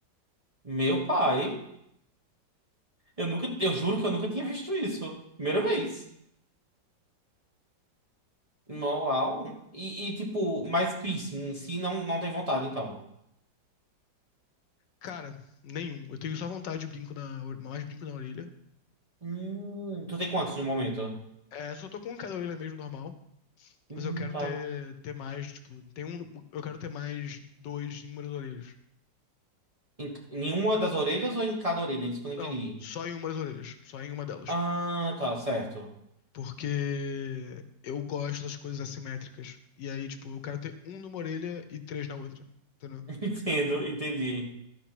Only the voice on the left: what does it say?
Cara, nenhum. Eu tenho só vontade de brinco na, or- mais brinco na orelha.
É, só tô com um em cada orelha mesmo normal,
mas eu quero
ter ter mais, tipo, tem um, eu quero ter mais dois em uma das orelhas.
Não,
só em uma das orelhas, só em uma delas.
Porque eu gosto das coisas assimétricas. E aí, tipo, eu quero ter um numa orelha e três na outra. Entendeu?